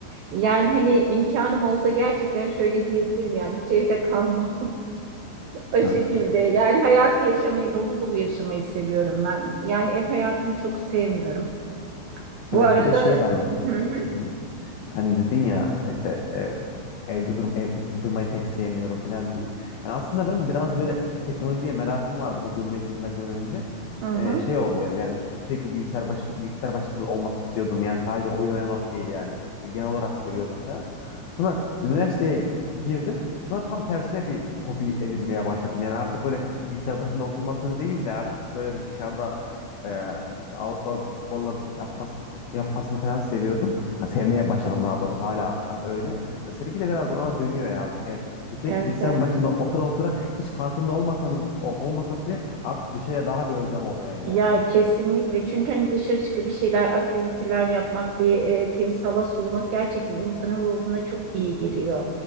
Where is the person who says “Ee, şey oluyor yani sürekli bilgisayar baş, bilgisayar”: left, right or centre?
Left